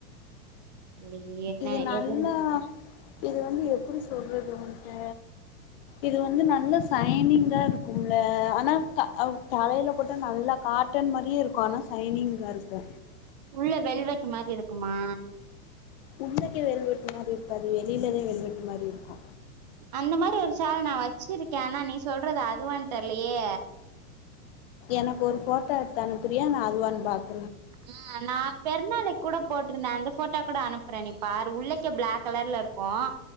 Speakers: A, on the right; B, on the left.
A: இல்லையே என்ன
B: இது நல்லா
A: எதுன்னு
B: இது வந்து எப்டி சொல்றது உன்ட்ட இது வந்து நல்லா சைனிங்கா இருக்குமல்ல ஆனா க தலையில போட்டா நல்ல கா காட்டன் மாரியே இருக்கு ஆனா சைனிங்கா இருக்கு
A: உள்ள வெல்வெட் மாரி இருக்குமா?
B: உள்ளக்கே வெல் வெட்டு மாரி இருக்காது வெளியிலதெ வெல் வெட்டு மாரி இருக்கு
A: அந்த மாரி ஒரு சால் நான் வச்சிருக்கேன் ஆனா நீ சொல்றது அதுவான் தெர்லயே
B: எனக்கு ஒரு போட்ட எடுத்து அனுப்பிரியா நான் அதுவான் பாக்
A: ஆஹ் நான் பெருநாளைக்கு கூட போட்டிருந்தேன் அந்த போட்டோ கூட அனுப் பறேன் நீ பாரு உள்ளக்கே பிளாக் கலர்ல இருக்கும்